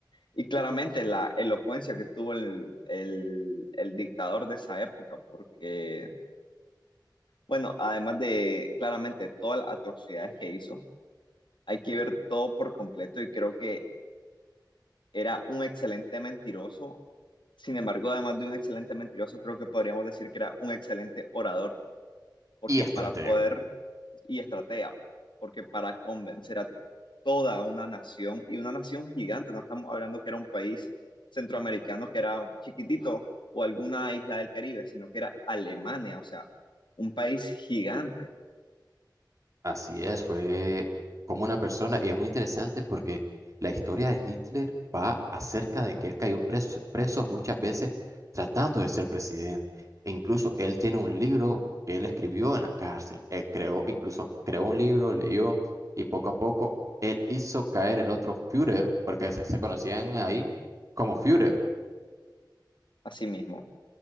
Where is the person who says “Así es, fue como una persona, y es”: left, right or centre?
Right